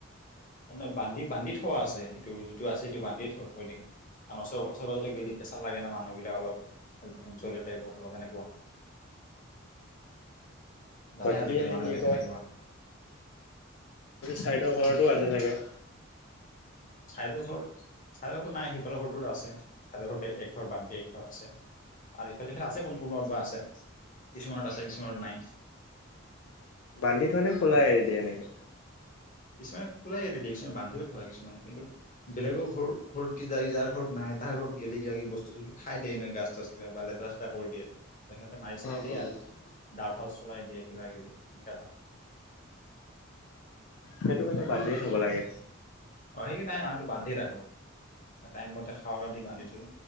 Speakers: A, on the left; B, on the left.
A: নে বান্ধি বান্ধি থোৱা আছে এইটো যিটো আছে সিটো বান্ধি থ থৈ দিম ন ওচৰে পাজতে গেলি কেঁচা লাগে ন মানুহবিলাক অলপ জ্বলে টাইপৰ অলপ এনেকুৱা- জানাই
B: বাকী
A: আজিকালি
B: এনে
A: মানুহবিলাক
B: কি কয়
A: কেনেকুৱা।
B: চাইদৰ ঘৰতো আছে চাগে-
A: চাইদ ঘৰ চাইদে ঘৰতটো নাই - বলে ঘৰটো আছে ততে ঘতে এক ঘৰ বাদ দে এক ঘৰ আছে আৰু ইফালে ইফালে আছে ক কোনবত বা আছে কিছুমানত আছে কিছুমানত নাই।
B: বান্ধি থোৱা নে খোলাই এৰি দিয়ে এনেকে
A: কিছুমানে খোলাই এৰি দিয়ে আৰু কিছুমানে বান্ধি থয় কিছুমানে- কিন্তু বেলেগৰ ঘ ঘৰত কি য যাৰ ঘৰত নাই তাৰ ঘৰত গেলে কিবা বস্তুটো খাই দিয়ে নহয় গছ চাছ কিবা বা লেতেৰা চেতেৰা কৰি দিয়ে। সিহঁতে মাৰি চাৰি
B: অ
A: দিয়ে
B: অ অ
A: আৰু ডাউ চাও চলাই দিয়ে কিবা কিবি সেনেকা।
B: সেইটো কাৰণে বান্ধিয়ে থ'ব লাগে
A: অ সেই কি নাই আহতটো বান্ধি থাকো। টাইমতে খাৱা দি বান্ধি থৈ